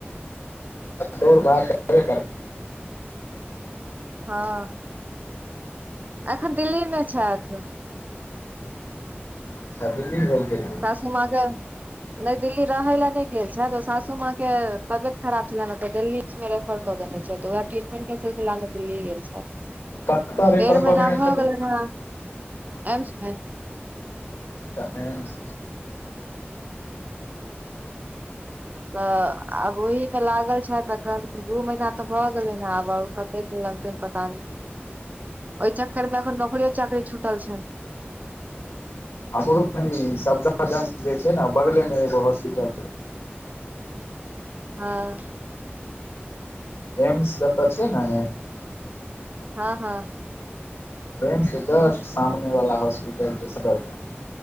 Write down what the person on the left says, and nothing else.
दौड़ भाग करबै कर
अच्छा दिल्ली गेलखिन है
कतऽ रेफर
कऽ देने
छथिन
सबटा एम्स
हमरो <unintelligible> सफदरजंग जे छै ने बगले में एगो हॉस्पिटल
एम्स जतऽ छै ने
एम्स के जस्ट सामने वाला हॉस्पिटल छै सफदरजंग